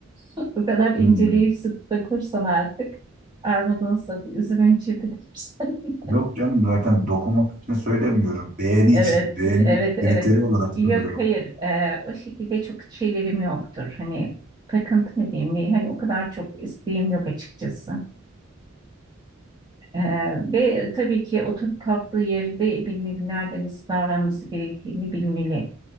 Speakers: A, on the right; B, on the right.
A: <laughs> O kadar inceleyip
B: Hmm.
A: sık dokursan artık armudun sapı, üzümün çöpüdür. <laughs>
B: Yok canım zaten dokunmak için söylemiyorum. Beğeni
A: Evet,
B: için, beğeni
A: evet, evet.
B: kriteri olarak
A: Yok,
B: söylüyorum.
A: hayır. Eee, o şekilde çok şeylerim yoktur. Hani takıntı mı diyeyim ne? Hani o kadar çok isteğim yok açıkçası. Eee, ve tabii ki oturup kalktığı yerde bilmeli nerede nasıl davranması gerektiğini bilmeli.